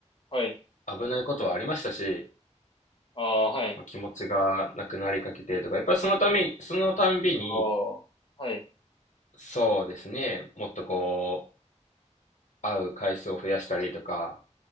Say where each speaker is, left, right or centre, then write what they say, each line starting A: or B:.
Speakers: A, on the left; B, on the left.
A: はい、
B: 危ないことはありましたし、
A: ああ、はい、
B: まあ気持ちがなくなりかけてとか、やっぱりそのため、そのたんびに、
A: ああ、はい、
B: そうですね、もっとこう、会う回数を増やしたりとか、